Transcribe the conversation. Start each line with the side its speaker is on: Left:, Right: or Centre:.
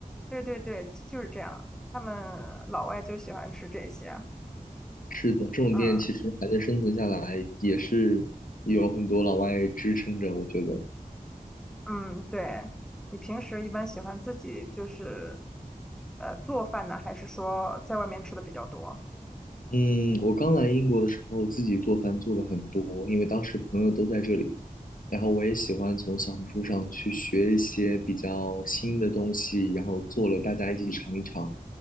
Centre: 对对对，就是这样。他们老外就喜欢吃这些。
Left: 是的，这种店其实还能生存下来，
Centre: 嗯
Left: 也是有很多老外支撑着，我觉得。
Centre: 嗯，对。你平时一般喜欢自己就是呃做饭呢，还是说在外面吃的比较多？
Left: 嗯，我刚来英国的时候，自己做饭做的很多，因为当时朋友都在这里，然后我也喜欢从小红书上去学一些比较新的东西，然后做了大家一起尝一尝。